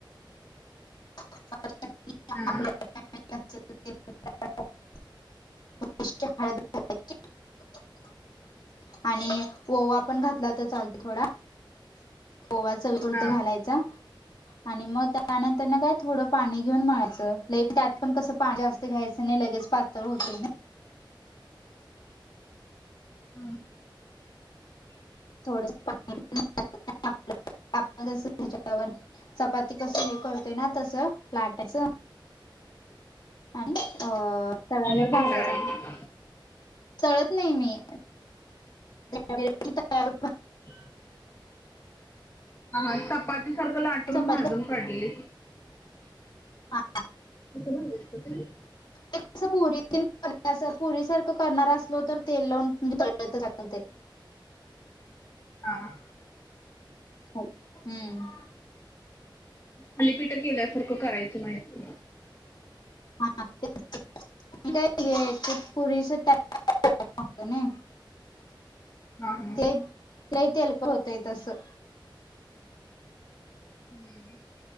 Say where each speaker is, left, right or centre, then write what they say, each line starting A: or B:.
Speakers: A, on the left; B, on the left.
A: अ आ इ आ
B: हा
A: ए ओ ए उ ए उ हु <unintelligible> उ आ इ इ आ ए आणि <unintelligible> आणि ओवा पणं घातलां तरं चालतो थोडां ओवा चवीपुंरता
B: हा
A: घालांयचा आणि मंग त्यां त्यानंतर नां कायं थोडं पाणी घेऊन मळायचं लई त्यांत पणं कसं पाणी जास्तं घ्यायचं नाहीं लगेच पातंळ होते
B: हम्मं,
A: थोड अ ऊ अ आ च इ त्याच्यावर चपाती कसं करतोय ना तसं लाटायच आणि अ तव्यावर
B: आणि ते
A: भाजायचा
B: तळायचे.
A: आणि तळत नाही मी. ने अरबीत. इथं
B: आ उ हा चपाती सारखं लाटून
A: चपाती
B: भाजून. काडलेली
A: हां.
B: असं भाजतात काय.
A: ते कसं पुरीतील पुरी सारखं करणार असलो तर तेल लावून म्हणजे तळतायेत असतं ते.
B: हा आ
A: हाव हम्म.
B: थालीपीठ केल्यासारखं करायचं माहित
A: <unintelligible> ते ये पुरीच्या अ अ ने.
B: हा हा
A: क्लेप लई तेलकट होतंय तसं.
B: हम्म